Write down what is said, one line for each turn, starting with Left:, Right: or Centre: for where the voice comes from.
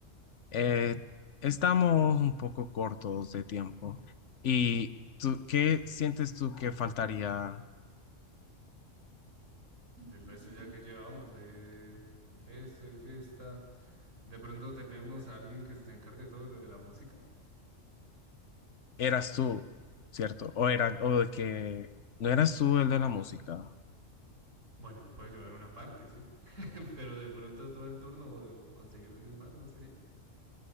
Left: Eh, estamos un poco cortos de tiempo. ¿Y tú, qué sientes tú que faltaría?
Right: Del resto ya que llevamos de, de esto, de fiesta, de pronto tenemos a alguien que se encargue de todo lo de la música.
Left: ¿Eras tú, cierto? ¿O era, o de que no eras tú el de la música?
Right: Bueno, yo puedo llevar una parte, sí. <laughs> pero de pronto todo el turno o conseguir a alguien más, ¿no sería?